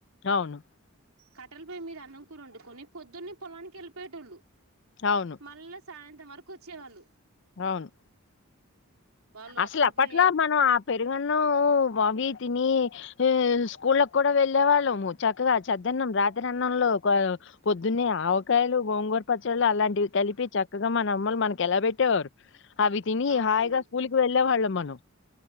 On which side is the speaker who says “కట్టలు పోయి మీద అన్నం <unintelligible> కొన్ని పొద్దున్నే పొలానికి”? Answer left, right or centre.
Right